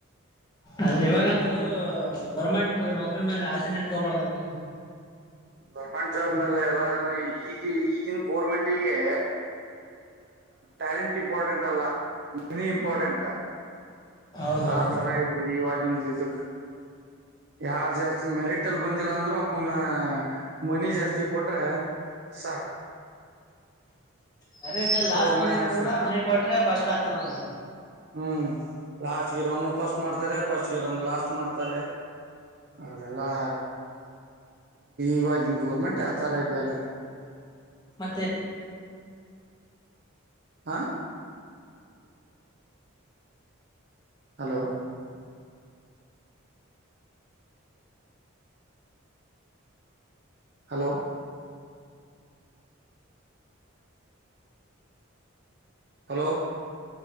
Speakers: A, on the left; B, on the right.
A: ಆದ್ರೆ ಇವಾಗಂತೂ ಗೌರ್ಮೆಂಟ್ ನೌಕರಿ ಮೇಲೆ ಆಸೆನ ಇಟ್ಕೋಬಾರ್ದಂತನೆ
B: ಗೌರ್ಮೆಂಟ್ ಜಾಬ್ ಮೇಲೆ ಎಲ್ಲ ಈಗ ಈಗಿನ ಗೋರ್ಮೆಂಟಗೆ ಟ್ಯಾಲೆಂಟ್ ಇಂಪಾರ್ಟೆಂಟ್ ಅಲ್ಲ ಮನಿ ಇಂಪಾರ್ಟೆಂಟ್.
A: ಹೌದೌದು
B: ಆ ತರ ಇದೆ ಇವಾಗಿವಾಗಿಂದ ಇದಕ್ಕೂ. ಯಾರ್ ಜಾಸ್ತಿ ಮೆರಿಟ್ ಅಲ್ಲಿ ಬಂದಿಲ್ಲ ಅಂದ್ರರು ಅವನ ಮನಿ ಜಾಸ್ತಿ ಕೊಟ್ರೆ ಸಾಕ.
A: ಮೆರಿಟಲ್ಲಿ ಲಾಸ್ಟ್
B: ಅವ್ರನ್ನ
A: ಬಂದನ್ ಕೂಡ
B: ಸೆಲೆಕ್ಟ್
A: ಮನೆ ಕೊಟ್ರೆ ಫಸ್ಟ್ ಆಗ್ತಾನ ಅದ್ರಲ್ಲಿ
B: ಹ್ಮ್ ಲಾಸ್ಟ್ ಗರ್ ಅವನು ಫಸ್ಟ್ ಮಾಡ್ತಾರೆ ಫಸ್ಟ್ ಗರ್ ಅವನು ಲಾಸ್ಟ್ ಮಾಡ್ತಾರೆ. ಹೌ ಅದೆಲ್ಲಾ ಇವಾಗಿನ್ ಗೋರ್ಮೆಂಟ್ ಆತರ ಇದಿಯಲ್ಲ.
A: ಮತ್ತೆ
B: ಹಾ. ಹಲೋ. ಹಲೋ ಹಲೋ